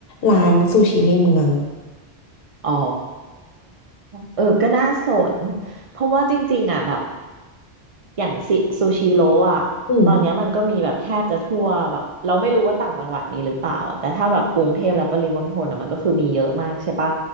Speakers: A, on the left; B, on the right.
A: ร้านซูชิในเมือง
B: อ๋อเออก็น่าสนเพราะว่าจริงๆอ่ะแบบอย่างซิซูชิโร่อ่ะตอนเนี้ยมันก็มีแบบแทบจะทั่วแบบเราไม่รู้ว่าต่างจังหวัดมีหรือเปล่าอ่ะแต่ถ้าแบบกรุงเทพและปริมณฑลอ่ะมันก็คือมีเยอะมากใช่ปะ
A: อืม